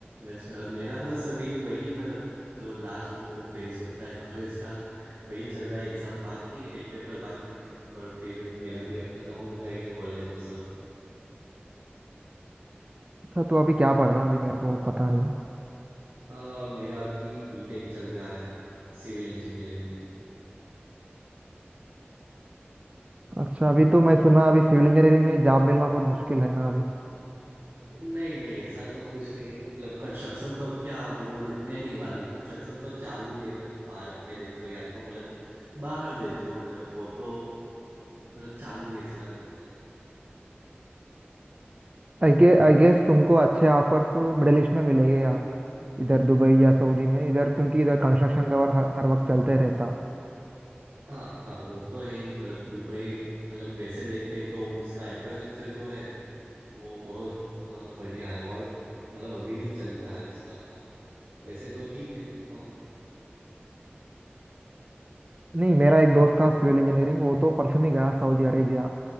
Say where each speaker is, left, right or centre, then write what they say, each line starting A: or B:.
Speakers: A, on the right; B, on the right.
A: अच्छा मेरा बस अभी वही मतलब जो लास्ट वो फेज होता है कॉलेज का वही चल रहा है एग्जाम बाकी है एक पेपर बाकी है और फिर मेरा भी अब खत्म हो जाएगा कॉलेज वो सब
B: अच्छा तो अभी क्या पढ़ रहा है अभी मेरे को पता नहीं
A: अ, मेरा अभी बीटेक चल रहा है सिविल इंजीनियरिंग में
B: अच्छा अभी तो मैं सुना अभी सिविल इंजीनियरिंग में जॉब मिलना बहुत मुश्किल है ना अभी
A: नहीं नहीं ऐसा तो कुछ नहीं है ना मतलब कंस्ट्रक्शन तो क्या वो रुकने नहीं वाली कंस्ट्रक्शन तो चालू ही है मतलब भारत में देख लो या तो मतलब बाहर देख लो मतलब वो तो मतलब चालू ही ऐसा रखे हैं
B: आई गे आई गेस तुमको अच्छे ऑफर्स मिडिल ईस्ट में मिलेंगे यहाँ इधर दुबई या सऊदी में इधर क्योंकि इधर कंस्ट्रक्शन का वर्क हर, हर वक्त चलते रहता
A: हाँ हाँ वो तो है ही मतलब दुबई मतलब वैसे देखे तो उसका इंफ्रास्ट्रक्चर जो है वो बहुत अ, बढ़िया है और मतलब अभी भी चल रहा है उसका तो वैसे तो ठीक है हाँ
B: नहीं मेरा एक दोस्त था सिविल इंजीनियरिंग वो तो परसों ही गया सऊदी अरेबिया